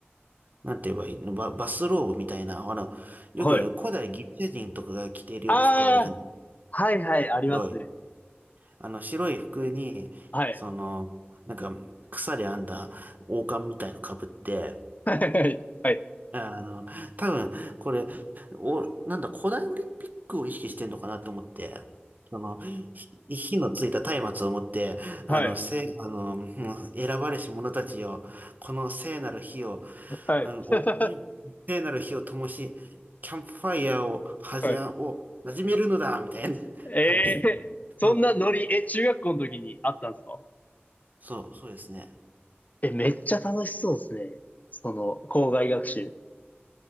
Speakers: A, on the right; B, on the left.
A: なんて言えばいいの、バ、バスローブみたいな、あの、よく古代ギリシャ人とかが着ているような服あるじゃない。
B: はい。ああ、はいはい、ありますね。
A: 白い。あの、白い服に、
B: はい。
A: その、なんか、草で編んだ王冠みたいの被って、
B: はい。はい。
A: あの、多分、これ、お、なんだ、古代オリンピックを意識してんのかなと思って、その、ひ火のついた松明を持って、
B: はい。
A: あの、せ、あの、もう選ばれし者たちよ、この聖なる火を、
B: はい。
A: あの、
B: <laughs>
A: を聖なる火を灯し、キャンプファイヤーを、はじ、
B: はい
A: を始めるのだみたいな <laughs>
B: え <laughs>
A: 感じ。
B: えそんなノリ、
A: <laughs> うん
B: え、中学校の時にあったんですか
A: そう、そうですね。
B: え、めっちゃ楽しそうですね。その、校外学習。